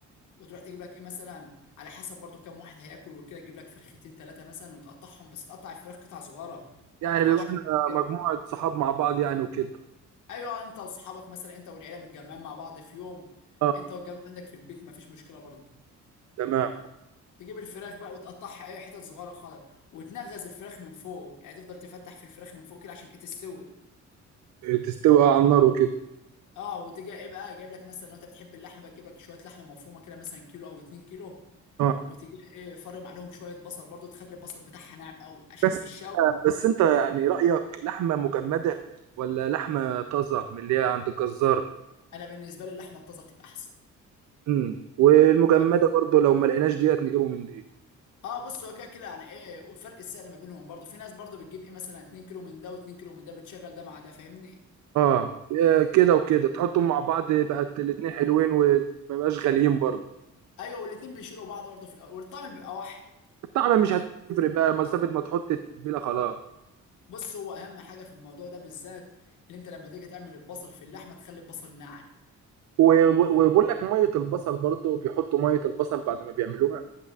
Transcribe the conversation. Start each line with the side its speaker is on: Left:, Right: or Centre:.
Left: وتروح تجيب لك ايه مثلا على حسب برضو كام واحد هياكل وكده تجيب لك فرختين ثلاثه مثلا وتقطعهم بس تقطع الفراخ قطع صغيره
Right: يعني
Left: ما تقطعش
Right: بيبقى إحنا
Left: قطع كبيره
Right: مجموعة صحاب مع بعض يعني وكده
Left: ايوه انت واصحابك مثلا انت والعيله متجمعين مع بعض في يوم
Right: آه
Left: انت والجماعه عندك في البيت ما فيش مشكله برضو
Right: تمام
Left: تجيب الفراخ بقى وتقطعها اي حتت صغيره خالص وتنغز الفراخ من فوق يعني تفضل تفتح في الفراخ من فوق كده عشان ايه تستوي
Right: تستوي على النار وكده
Left: اه وتجي ايه بقى جايب لك مثلا لو انت بتحب اللحمه بقى تجيب لك شويه لحمه مفرومه كده مثلا كيلو او 2 كيلو
Right: اه
Left: وتجي ايه فرم عليهم شويه بصل برضو تخلي البصل بتاعها ناعم قوي عشان
Right: بس
Left: في الشاوي
Right: بس انت يعني رأيك لحمة مجمدة ولا لحمة طازة من اللي هي عند الجزار
Left: انا بالنسبه لي اللحمه الطازه تبقى احسن
Right: امم والمجمدة
Left: انا
Right: برضو لو ما لقيناش ديت نجيبه من دي
Left: اه بص هو كده كده يعني ايه وفرق السعر ما بينهم برضو في ناس برضو بتجيب ايه مثلا 2 كيلو من ده و2 كيلو من ده بتشغل ده مع ده فاهمني
Right: اه آه، كده وكده تحطهم مع بعض بقت الاتنين حلوين وما يبقاش غاليين برضو
Left: ايوه والاتنين بيشيلوا بعض برضو في الاول والطعم بيبقى واحد
Right: الطعم مش هتفرق بقى مسافة ما تحط التتبيلة خلاص
Left: بص هو اهم حاجه في الموضوع ده بالذات اللي انت لما تيجي تعمل البصل في اللحمه تخلي البصل ناعم
Right: و- و- وبقول لك مية البصل برضو بيحطوا مية البصل بعد ما بيعملوها